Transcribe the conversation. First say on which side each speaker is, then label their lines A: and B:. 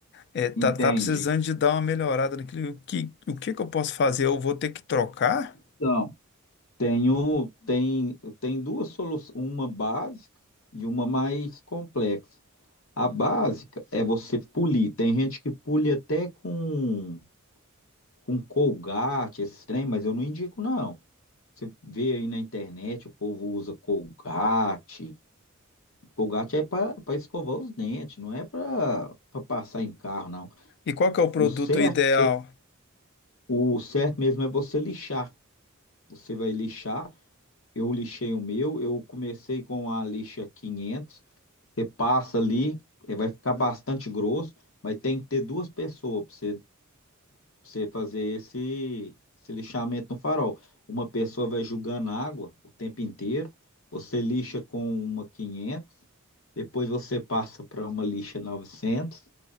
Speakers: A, on the left; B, on the left.
A: eh, tá,
B: Entende?
A: tá precisando de dar uma melhorada naquilo. O que, o que que eu posso fazer? Eu vou ter que trocar?
B: Então, tenho, tem, tem duas soluções, uma básica e uma mais complexa. A básica é você polir. Tem gente que pule até com, com Colgate, esses trem, mas eu não indico, não. Você vê aí na internet, o povo usa Colgate. Colgate é para escovar os dentes, não é para passar em carro, não.
A: E qual que é o produto
B: O certo,
A: ideal?
B: se- o certo mesmo é você lixar. Você vai lixar. Eu lixei o meu, eu comecei com a lixa 500. Você passa ali, eh, vai ficar bastante grosso, mas tem que ter duas pessoas para você você fazer esse, esse lixamento no farol. Uma pessoa vai julgando água o tempo inteiro, você lixa com uma 500, depois você passa para uma lixa 900,